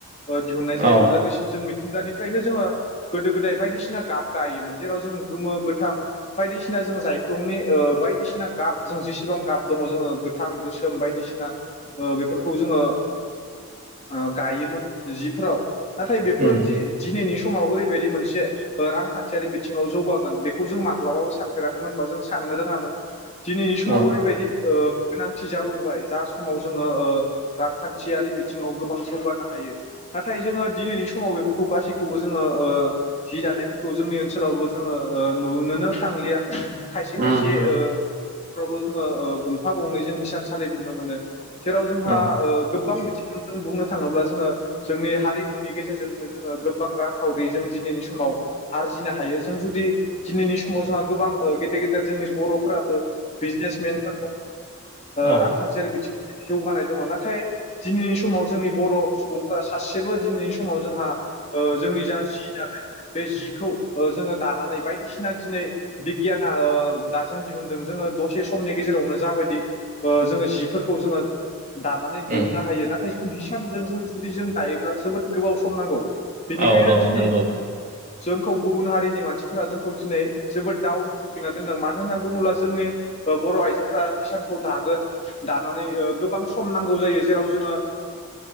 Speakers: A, on the left (about 30°); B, on the right (about 40°).
A: ओ दिहुननाय
B: औ
A: जायोमोन लोगोसेनो जों मु गानिफ्रायनो जोङो गोदाय बायदिसिना गाब गायोमोन जेराव जों गोमो गोथां बायदिसिना जों जायख्लंनि ओ बायदिसिना गाब जों जेसेबां गाब दङ जोङो गोथां गोसोम बायदिसिना ओ बेफोरखौ जोङो ओ गायोमोन। जिफोराव नाथाय बेफोर
B: उम
A: जि दिनैनि समाव ओरैबायदि मोनसे रांखान्थियारि बिथिङाव जौगागोन बेखौ जों मा माब्लाबाबो सानफेराखैमोनबा जों साननो रोङामोन दिनैनि समाव
B: औ
A: ओरैबायदि ओ गोनांथि जाबोबाय जा समाव जोङो रांखान्थियारि बिथिङाव गोबां जौगानो हायो नाथाय जोङो दिनैनि समाव बेफोर खौ गासै खौबो जोङो ओ जि दानाय फोरखौ जोंनि ओनसोलावबो जोङो ओ नु बुनोनो थांलिया खायसे
B: उम
A: खायसे फोरावल' जोङो गंफा गंनै जों हिसानसालि नु नुनो मोनो। जेराव जोंहा
B: उम औ
A: ओ गोबां बिथिङावनो जों बुंनो थाङोब्ला जोङो जोंनि हारिमुनि गेजेरजोंनो जोङो गोबां रांखावरि जों दिनैनि समाव आरजिनो हायो जों जुदि दिनैनि समाव जोंहा गोबां गेदेर गेदेर जोंनि बर'फोराबो बिजनेसमेनफोरखौ ओ
B: औ
A: रांखान्थियारि बिथिं जौगानाय दङ नाथाय दिनैनि समाव जोंनि बर' सुबुं फोरा सासेबो दिनैनि समाव जोंहा ओ जोंनि जा जि दानाय बे जि ओ जोङो दानानै बाय बायदिसिना दिनै बिगियाना ओ दासिम दिहुनदों जोङो दसे समनि गेजेरावनो जाबायदि जोङो जिफोरखौ जोङो दानानै
B: उम
A: दिहुननो हायो नाथाय सानजों जों जुदि जों दायोब्ला जोबोद गोबाव सम नांगौ। बेनिखायनो
B: औ औ
A: दिनै
B: नंगौ
A: जोंखौ गुबुन हारिनि मानसिफोरा जोंखौ दिनै जोबोद दावनाव खोख्लैनानै दोनदों मानो होननानै बुङोब्ला जोंनि बर' आइजोफोरा हिसानखौ दागोन दानानै गोबां सम नांगौ जायो जेराव जोङो